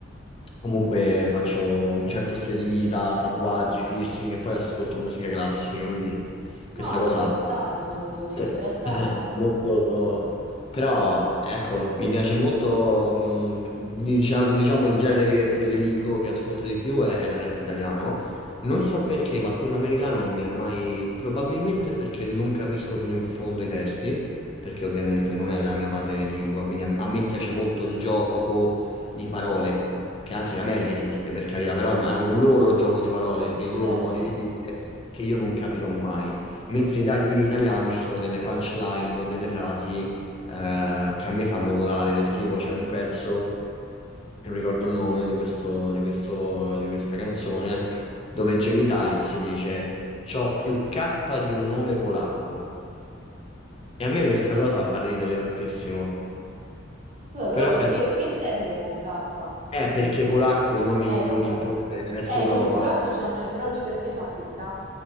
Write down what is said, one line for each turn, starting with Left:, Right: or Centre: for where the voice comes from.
Left: Comunque faccio un certo stile di vita, tatuaggi, piercing e poi ascolto musica classica, quindi questa
Right: No,
Left: cosa
Right: ma ci sta,
Left: <coughs>
Right: secondo me.
Left: eh,
Right: In realtà,
Left: eh, molto... Però, ecco, mi piace molto, mh, dicia- diciamo, il genere che prediligo, che ascolto di più è, è il rap italiano. Non so perché, ma quello americano non mi è mai... Probabilmente perché non capisco fino in fondo i testi, perché ovviamente non è la mia madrelingua, quindi a a me piace molto il gioco di parole, che anche in America esiste, per carità, però hanno hanno un loro gioco di parole, dei
Right: è certo.
Left: loro modi di dire che io non capirò mai. Mentre in, itali- in italiano ci sono delle punchline o delle frasi eh, che a me fanno volare, del tipo c'è un pezzo, non ricordo il nome di questo, di questo, di questa canzone, dove Jamie Tights dice C'ho più K di un nome polacco. E a me questa cosa fa ridere tantissimo.
Right: Scusa, però
Left: Però
Right: perché,
Left: penso.
Right: che intende con K?
Left: Eh, perché polacco i nomi,
Right: Apple.
Left: i nomi in Pol- nell'est
Right: Eh,
Left: Europa,
Right: in nome in polacco c'hanno E, però lui perché c'ha più K?